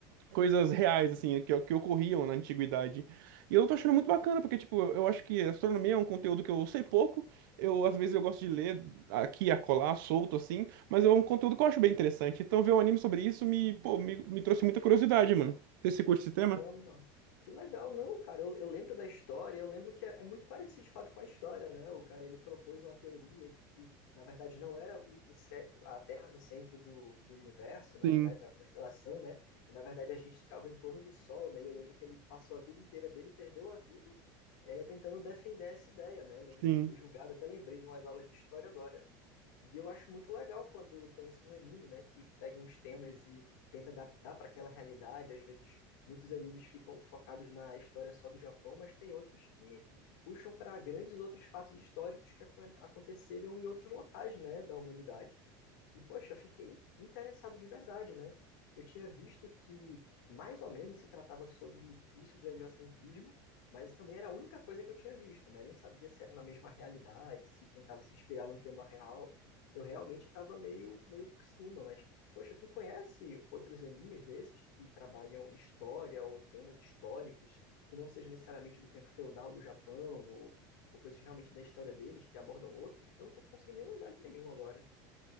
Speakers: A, on the right; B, on the left.
A: coisas reais, assim, que, que ocorriam na antiguidade. E eu tô achando muito bacana, porque, tipo, eu acho que astronomia é um conteúdo que eu sei pouco, eu, às vezes, eu gosto de ler aqui, acolá, solto, assim, mas é um conteúdo que eu acho bem interessante. Então, ver um anime sobre isso me, pô, me, me trouxe muita curiosidade, mano. Você curte esse tema?
B: Caramba, que legal, não, cara. Eu, eu lembro da história, eu lembro que é, é muito parecido de fato com a história, né? O cara ele propôs uma teoria de que, na verdade, não era o, o cé- a Terra no centro do, do universo, na
A: Sim,
B: verdade, na constelação, né? E na verdade a gente ficava em torno do Sol, né? E eu lembro que ele passou a vida inteira dele, perdeu a vida, eh, tentando defender essa ideia, né? Eu lembro
A: sim.
B: que ele foi julgado, até lembrei de umas aulas de história agora. E eu acho muito legal quando tem isso no anime, né? Que pega uns temas e tenta adaptar para aquela realidade. Às vezes, muitos animes ficam focados na história só do Japão, mas tem outros que puxam para grandes outros fatos históricos que acon- aconteceram em outros locais, né, da humanidade. E, poxa, fiquei interessado de verdade, né? Eu tinha visto que mais ou menos se tratava sobre isso de heliocentrismo, mas também era a única coisa que eu tinha visto, né? Nem sabia se era na mesma realidade, se tentava se inspirar num tema real. Eu realmente estava meio, meio por cima, mas, poxa, tu conhece outros animes desses que trabalham história ou temas históricos que não sejam necessariamente do tempo feudal do Japão ou, ou coisas realmente da história deles que abordam outros, que eu não estou conseguindo nem lembrar de nenhum agora.